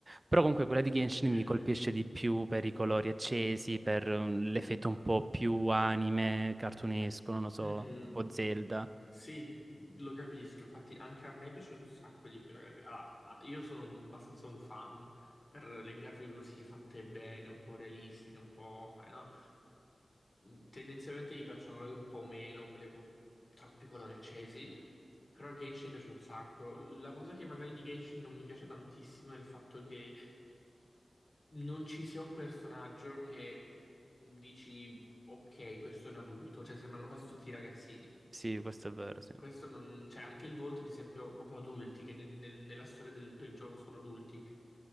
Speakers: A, on the right; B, on the left.
A: però comunque quella di Genshin
B: sì.
A: mi colpisce di più per i colori accesi, per mm, l'effetto un po' più anime, cartunesco, non lo so,
B: Mhm.
A: tipo Zelda.
B: Sì, lo capisco, infatti anche a me piace un sacco di più la grafica. Ah, ah, io sono un- abbastanza un fan per le grafiche così fatte bene, un po' realistiche, un po', sai, no? Mm, Tendenzialmente mi piacciono magari un po' meno quelle con troppi colori accesi, però Genshin mi piace un sacco. La cosa che magari di Genshin non mi piace tantissimo è il fatto che non ci sia un personaggio che dici, ok, questo è un adulto, cioè sembrano quasi tutti ragazzini.
A: Sì, questo è vero, sì.
B: Questo non... Cioè, anche il volto, ad esempio, proprio adulti, che nel- nel- nella storia del, del gioco sono adulti,